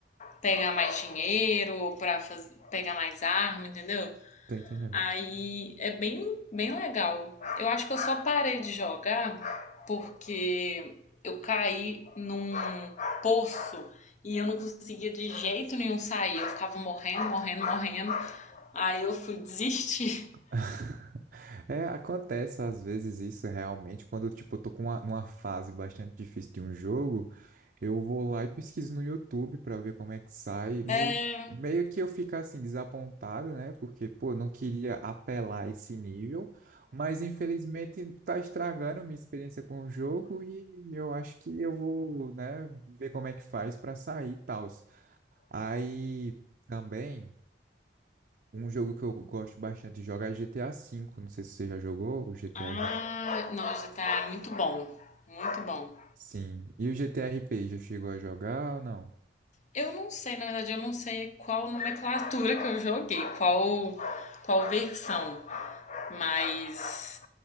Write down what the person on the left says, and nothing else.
pegar mais dinheiro ou pra faz- pegar mais arma, entendeu?
Aí é bem, bem legal. Eu acho que eu só parei de jogar porque eu caí num poço e eu não conseguia de jeito nenhum sair. Eu ficava morrendo, morrendo, morrendo. Aí eu fui desistir.
<laughs>
É...
Ah, não, GTA é muito bom. Muito bom.
Eu não sei, na verdade, eu não sei qual nomenclatura que eu joguei, qual, qual versão, mas